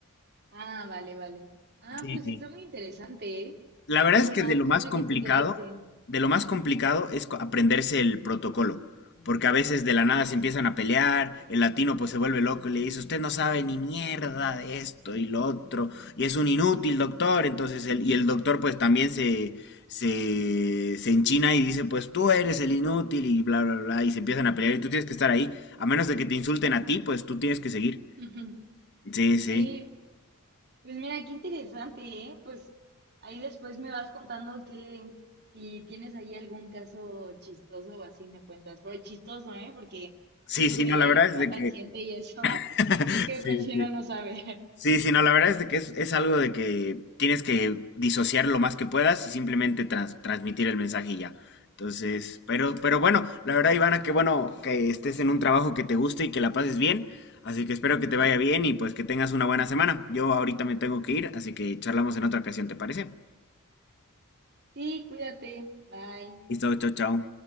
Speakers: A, on the right; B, on the left.
A: Ah, vale, vale. Ah,
B: Sí,
A: pues
B: sí.
A: está muy interesante, ¿eh?
B: La verdad
A: Qué
B: es
A: bueno,
B: que de lo
A: qué
B: más
A: bueno
B: complicado,
A: que sí quedaste.
B: de lo más complicado es co- aprenderse el protocolo, porque a veces de la nada se empiezan a pelear, el latino pues se vuelve loco y le dice, usted no sabe ni mierda de esto y lo otro, y es un inútil doctor, entonces el, y el doctor pues también se, se, se enchina y dice, pues tú eres el inútil y bla, bla, bla, y se empiezan a pelear y tú tienes que estar ahí, a menos de que te insulten a ti, pues tú tienes que seguir.
A: <laughs>
B: Sí, sí.
A: Sí, Pues mira, qué interesante, ¿eh? Pues ahí después me vas contando que si tienes ahí algún caso chistoso o así me cuentas. Pero chistoso, ¿eh? Porque
B: Sí,
A: esos
B: sí,
A: de
B: no, la verdad
A: que
B: es
A: matan
B: de que...
A: gente y eso, <laughs>
B: <laughs>
A: creo que
B: Sí,
A: prefiero
B: sí.
A: no saber.
B: Sí, sí, no, la verdad es de que es, es algo de que tienes que disociar lo más que puedas y simplemente trans- transmitir el mensaje y ya. Entonces, pero, pero bueno, la verdad, Ivana, qué bueno que estés en un trabajo que te guste y que la pases bien. Así que espero que te vaya bien y pues que tengas una buena semana. Yo ahorita me tengo que ir, así que charlamos en otra ocasión, ¿te parece?
A: Sí, cuídate. Bye.
B: Listo, chao, chao.